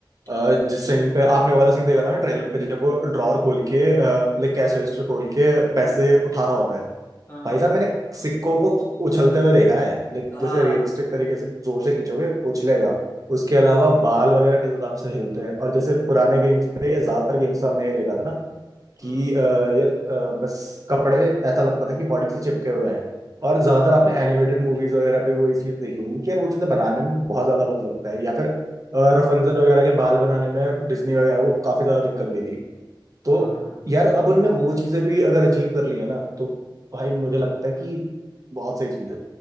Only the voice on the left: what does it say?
हाँ
हाँ हाँ
हाँ
हम्म
हाँ
हाँ